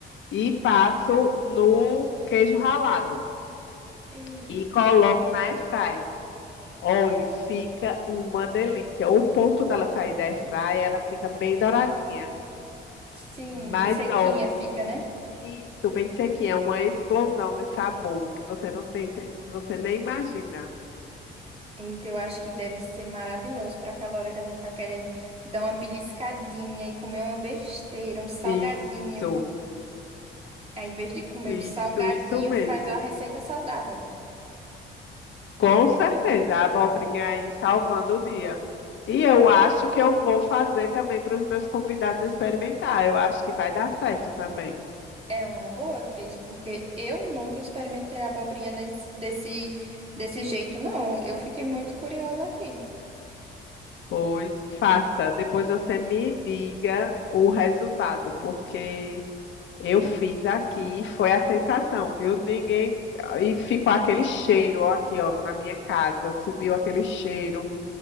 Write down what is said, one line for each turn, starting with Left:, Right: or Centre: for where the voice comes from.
Left: e passo no queijo ralado
Right: Eita.
Left: e coloco na airfry. Olha, fica uma delícia. O ponto dela sair da airfry, ela fica bem douradinha.
Right: Sim,
Left: Mas
Right: bem sequinha
Left: olha,
Right: fica, né?
Left: isso, bem sequinha, é uma explosão de sabor que você não tem, você você nem imagina.
Right: Eita, eu acho que deve ser maravilhoso pra aquela hora que a gente tá querendo dar uma beliscadinha e comer uma besteira, um salgadinho.
Left: Isso,
Right: Aí, Ao invés de comer
Left: isso,
Right: o salgadinho,
Left: isso mesmo.
Right: faz a receita saudável.
Left: Com certeza, a abobrinha aí salvando o dia. E eu acho que eu vou fazer também para os meus convidados experimentar. Eu acho que vai dar certo também.
Right: É uma boa, Cris, porque eu nunca experimentei a abobrinha nesse- desse, desse jeito, não. Eu fiquei muito curiosa aqui,
Left: Pois faça. Depois você me diga o resultado, porque eu fiz aqui e foi a sensação, viu? Ninguém. E ficou aquele cheiro, ó, aqui, ó, na minha casa. Subiu aquele cheiro.